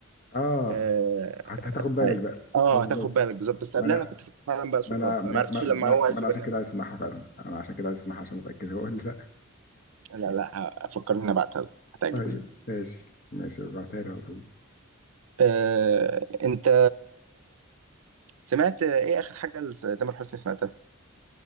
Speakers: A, on the left; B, on the right.
A: اه
B: آه
A: هت- هتاخد بالك
B: أيوه.
A: بقى
B: آه،
A: بالظبط
B: هتاخد بالك بالظبط بس
A: ما
B: قبلها
A: انا
B: أنا كنت فاكر فعلا بقى سلطان
A: ما انا ما,
B: أنا ما عرفتش
A: ما,
B: لما
A: ما,
B: هو قال
A: ما
B: في
A: انا
B: برنامج
A: عشان كده عايز اسمعها فعلا انا عشان كده عايز اسمعها عشان اتاكد هو ولا لا
B: لا لا هفكر إن أنا هبعتها لك هتعجبك
A: طيب ماشي ماشي ابعتها لي على طول
B: آه، أنت سمعت ايه اخر حاجه لتامر حسني سمعتها